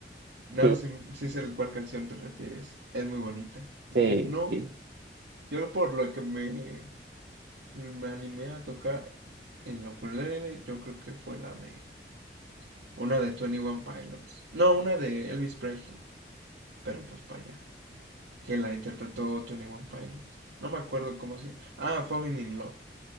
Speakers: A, on the right (about 85°); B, on the right (about 70°).
A: No,
B: Sí,
A: sí, sí sé a cuál canción te refieres. Es muy bonita.
B: sí,
A: No,
B: sí.
A: yo por lo que me, me animé a tocar en la ukulele, yo creo que fue la de una de Twenty One Pilots. No, una de Elvis Presley. Pero pues para allá. que la interpretó Tony One Pilots. No me acuerdo cómo se llama. Ah, Falling in Love.